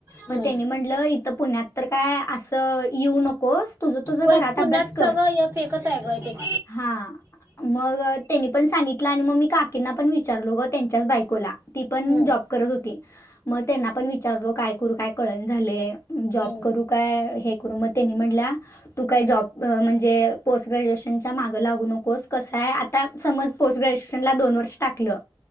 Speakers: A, on the right (about 25°); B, on the left (about 35°).
A: हम्म
B: मग त्यांनी म्हटलं इथं पुण्यात तर काय असं येऊ नकोस. तुझं तुझं
A: होय
B: घरात
A: पुण्यात
B: अभ्यास कर.
A: सगळं हे फेकच आहे ग एक एक
B: हा मग. त्यांनी पण सांगितलं आण मी काकींना पण विचारात गो त्यांच्याच बायकोला. ती पण
A: हम्म
B: जॉब करत होती म त्यांना पण विचारलो काय करू काय? कळणा झालंय जॉब
A: हम्म
B: करू काय हे. करु मग त्यांनी म्हटल्या, तू काय जॉब त म्हणजे पोस्ट ग्रॅज्युएशनच्या मागं लागू नकोस. कसं आहे आता समज पोस्ट ग्रेश्यूएशन ला दोन वर्ष टाकलं.